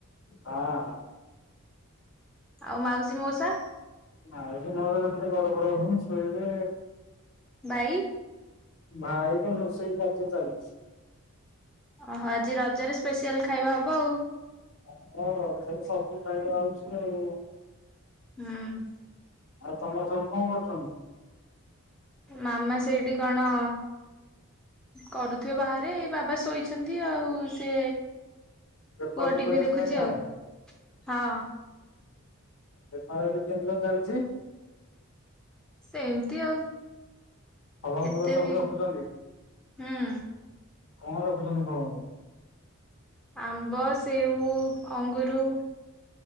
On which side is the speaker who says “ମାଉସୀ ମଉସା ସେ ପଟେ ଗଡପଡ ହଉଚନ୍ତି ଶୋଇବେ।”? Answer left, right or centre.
Left